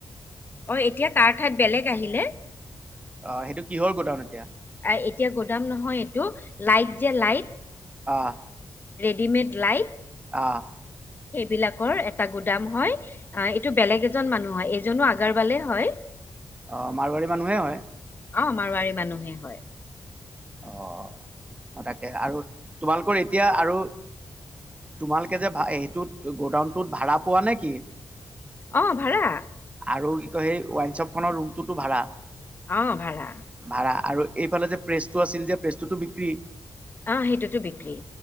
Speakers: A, on the left; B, on the right.
A: অ এতিয়া তাৰ ঠাইত বেলেগ আহিলে।
B: অ, সেইটো কিহৰ গুডাউন এতিয়া।
A: আহ এতিয়া গুদাম নহয় এইটো। লাইট যে লাইট
B: অহ।
A: ডিমেড লাইট
B: অহ।
A: সেইবিলাকৰ এটা গুদাম হয়। আহ এইটো বেলেগ এজন মানুহ হয়, এইজনো আগৰৱালে হয়।
B: অ মাৰোৱাৰী মানুহে হয়?
A: অ মাৰোৱাৰী মানুহে হয়।
B: অ অ, তাকে আৰু তোমালোকৰ এতিয়া আৰু তোমালোকে যে ভ সেইটো গ'ডাউনতটোত ভাড়া পোৱা নে কি।
A: অহ, ভাড়া।
B: আৰু কি কয় সেই ৱাইনশ্বপখনৰ ৰুমটোতো ভাড়া
A: অ, ভাড়া
B: ভাড়া আৰু এইফালে যে প্ৰেচটো আছিল যে প্ৰেচটোতো বিক্ৰী?
A: আহ সেইটোতো বিক্ৰী।